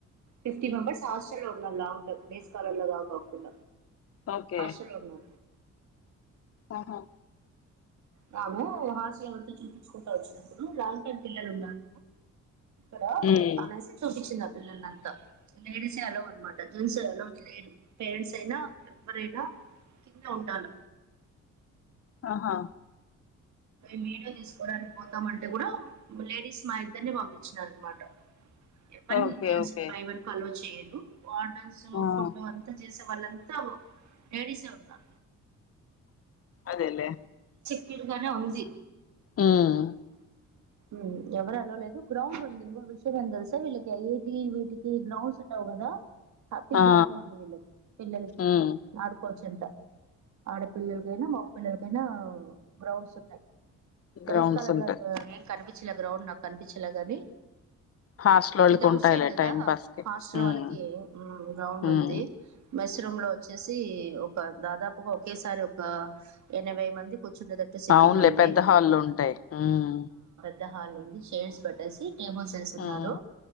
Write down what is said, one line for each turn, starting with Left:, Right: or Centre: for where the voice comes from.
Right: ఫిఫ్టీ మెంబర్స్ హాస్టల్ ఉండారు లాంగ్ డేస్ కాలర్లో కాకుం
Left: ఓకే
Right: హాస్టల్లో ఉన్నాం
Left: ఆహా
Right: రాము హాస్టల్లో తిప్పి చూపించుకుంటా వచ్చినప్పుడు లాంగ్ టర్మ్ పిల్లలు ఉన్నారు ఇడ
Left: ఉమ్
Right: అనేసి చూపించింద పిల్లలంతా లేడీస్ అలో అనమాట జెంట్స్ అలో లేదు పేరెంట్స్ అయినా ఎవరైనా కింద ఉండాల
Left: ఆహా
Right: మీడి తీసుకోవడానికి పోతామంటే కూడా లేడీస్ మా ఇద్దరిని పంపించినార అనమాట ఎపుడు
Left: ఓకే
Right: జెంట్స్ని
Left: ఓకే
Right: పేయి వరకు అల్లోవ చేయారు ఉ వార్డర్స్
Left: ఉహు
Right: ఫుడ్ అంతా చేసే వాళ్ళంతా ఏడి స ఒకదా
Left: అదేలేే
Right: క్కరుగానే ఉంది
Left: ఉమ్
Right: ఉమ్ ఎవరు అలలేదు గ్రౌండ్ ఉంది ఇంకో విషయం ఏం తెలుసా వీళ్ళకిటి వీటికి గ్రౌండ్స్ ఉట్టావు కదా హ్యాపీ
Left: ఆ
Right: గ్రౌండ్ ఉంది వీళ్ళకి పిల్లలకి
Left: ఉమ్
Right: ఆడుకోవచ్చు ఇంట ఆడపిల్లలకైనా మగ పిల్లలకైనా బ్రౌన్స్ ఉన్నాయి డేస్
Left: గ్రౌండ్స్
Right: కాలర్
Left: ఉంటాయి
Right: కదా ఎమ్ కానిప్ స్ట్ఇలగ్రౌండ్ నాకు కనిపించలగాని
Left: హాస్టల్ వాళ్ళకి
Right: ఇది అఔట్
Left: ఉంటాయిలే
Right: సైడ్ కదా
Left: టైం పాస్ కి
Right: హాస్టల్
Left: ఉమ్
Right: వాళ్ళకి ఉమ్ గ్రౌండ్
Left: ఉమ్
Right: ఉంది మెస్రూములో వచ్చేసి ఒక దాదాపుగ ఒకే సారి ఒక ఎనభై మంది కూర్చునేటట్టు సిట్టింగ్
Left: అవునులే
Right: ఉంది
Left: పెద్ద హాళ్ళుఉంటాయి ఉమ్
Right: పెద్దహాల్ ఉంది షేర్స్ పట్టెసి టే బుల్‌సేసున్నారు
Left: ఉమ్